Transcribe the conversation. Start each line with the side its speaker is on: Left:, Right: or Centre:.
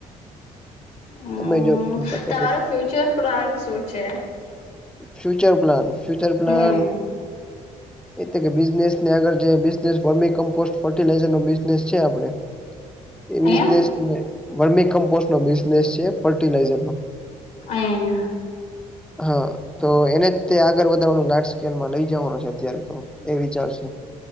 Left: હમ
Centre: તમે જો બીજા ટોપિક
Left: તમારો ફ્યુચર પ્લાન શું છે હમ
Centre: ફ્યુચર પ્લાન ફ્યુચર પ્લાન
Left: અહીંયા
Centre: એટલે કે બિઝનેસ ને આગળ જે બિઝનેસ વમી કમ્પોસ્ટ ફર્ટિલાઈઝરનો બિઝનેસ છે આપડે એ બિઝનેસ
Left: અહીંયા
Centre: વર્મી કમ્પોસ્ટ નો બિઝનેસ છે ફર્ટિલાઈઝર નો
Left: અહીં અહીયા
Centre: હા તો એને જ તે આગળ વધારવાનું લાર્જ સ્કેલમાં લઈ જવાનો છે અત્યારે તો એ વિચારશે.